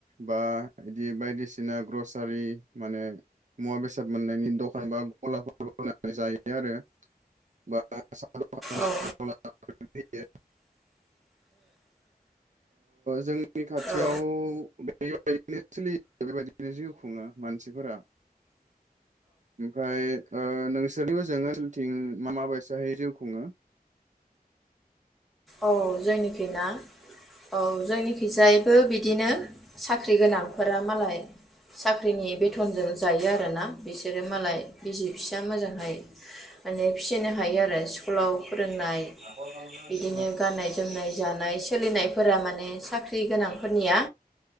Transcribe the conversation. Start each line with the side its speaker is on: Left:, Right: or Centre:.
Right: बा बिदि बायदिसिना बायसिना ग्रसारि माने मुवा बेसाद मोननायनि दखान बा गलाफोर होनानै जायो आरो बा <unintelligible>
Centre: औ
Right: <unintelligible> जोंनि खाथियाव
Centre: औ
Right: बैनो सोलियो बेबायदिनो जिउ खुङो मानसिफोरा ओमफ्राय ओ नोंसोरनिबो ओजों ओनसोलथिं मा बायसाहायै जिउ खुङो
Centre: औ जोंनिखि ना औ जोंनिखिजायैबो बिदिनो साख्रि गोनांफोरा मालाय साख्रिनि बेथनजों जायो आरोना बिसोरो मालाय बिसि फिसा मोजांहाय माने फिसिनो हायो आरो स्कुलाव
Right: <unintelligible>
Centre: फोरोंनाय बिदिनो गाननाय जोमनाय जानाय सोलिनायफोरा माने साख्रि गोनांफोरनिया